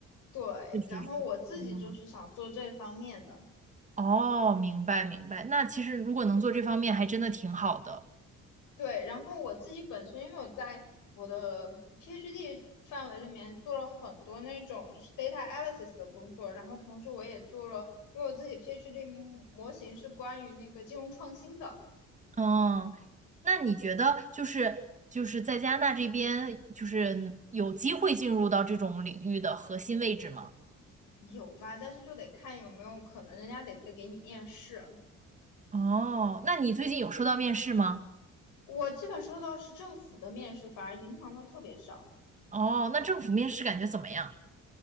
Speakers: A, on the left; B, on the right.
A: 对，
B: 是是是。
A: 然后我自己就是想做这方面的。
B: 嗯，哦，明白明白。那其实如果能做这方面，还真的挺好的。
A: 对，然后我自己本身，因为我在我的 PhD 范围里面做了很多那种就是 data analysis 的工作，然后同时我也做了，因为我自己 PhD 模模型是关于那个金融创新的，
B: 嗯，那你觉得就是就是在加拿大这边，就是有机会进入到这种领域的核心位置吗？
A: 有吧？但是就得看有没有可能人家得得给你面试。
B: 哦，那你最近有收到面试吗？
A: 我基本收到是政府的面试，反而银行的特别少。
B: 哦，那政府面试感觉怎么样？